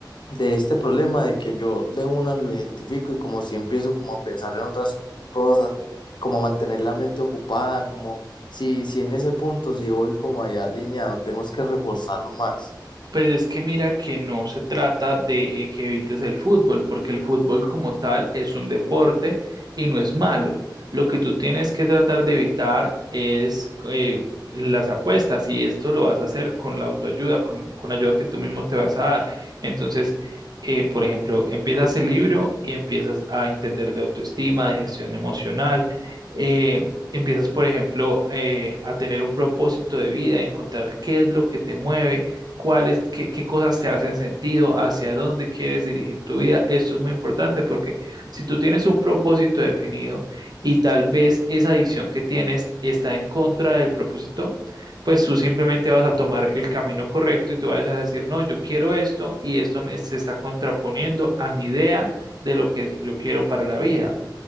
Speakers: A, on the left; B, on the right.
A: de este problema de que yo de una lo identifico y como si empiezo como a pensar en otras cosas, como a mantener la mente ocupada, como si, si en ese punto si voy como allá alineado, tengo que reforzarlo más.
B: Pues es que mira que no se trata de eh, que evites el fútbol, porque el fútbol como tal es un deporte y no es malo. Lo que tú tienes que tratar de evitar es eh, las apuestas y esto lo vas a hacer con la autoayuda, con, con la ayuda que tú mismo te vas a dar. Entonces, eh, por ejemplo, empiezas el libro y empiezas a entender de autoestima, de gestión emocional. eh, empiezas, por ejemplo, eh, a tener un propósito de vida, a encontrar qué es lo que te mueve cuáles, qué, qué cosas te hacen sentido, hacia dónde quieres dirigir tu vida. Esto es muy importante porque si tú tienes un propósito definido y tal vez esa adicción que tienes está en contra del propósito, pues tú simplemente vas a tomar el camino correcto y tú vas a decir, no, yo quiero esto y esto me- se está contraponiendo a mi idea de lo que yo quiero para la vida.